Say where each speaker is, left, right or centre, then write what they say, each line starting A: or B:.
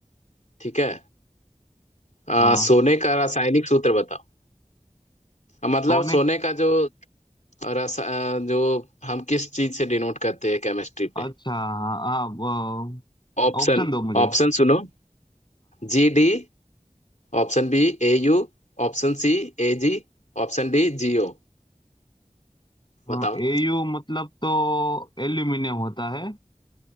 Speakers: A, on the left; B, on the left.
A: ठीक है अ,
B: हाँ
A: सोने का रासायनिक सूत्र बताओ अ, मतलब
B: सोने
A: सोने का जो रस अ, जो हम किस चीज से डिनोट करते हैं केमिस्ट्री
B: अच्छा
A: पे
B: हाँ हाँ वो-
A: ऑप्शन
B: ऑप्शन दो मुझे
A: ऑप्शन सुनो G D option B A U option C A G option D G O
B: हाँ
A: बताओ
B: एयू मतलब तो एल्यूमिनियम होता है